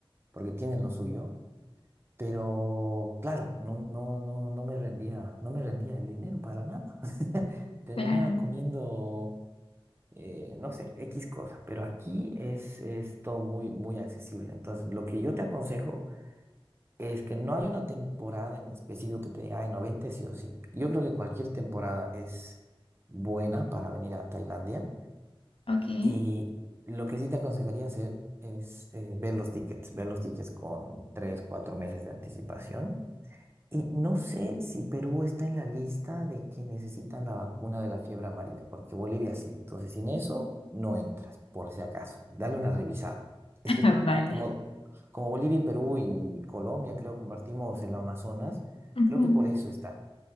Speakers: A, on the right; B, on the left.
A: porque tienen lo suyo, pero claro, no, no, no, no me rendía, no me rendía el dinero para nada. <laughs> Terminaba
B: Claro,
A: comiendo, eh, no sé, X cosas, pero aquí es, es todo muy, muy accesible. Entonces, lo que yo te aconsejo es que no hay una temporada en específico que te diga, ay, 90 sí o sí. Yo creo que cualquier temporada es buena para venir a Tailandia.
B: ok.
A: Y lo que sí te aconsejaría hacer es eh, ver los tickets, ver los tickets con 3 4 meses de anticipación y no sé si Perú está en la lista de que necesitan la vacuna de la fiebre amarilla, porque Bolivia sí. Entonces, sin eso, no entras, por si acaso. Dale una revisada. Es
B: <laughs>
A: que
B: Vale.
A: como, como Bolivia y Perú y Colombia, creo, compartimos el Amazonas,
B: Ujú.
A: creo que por eso está.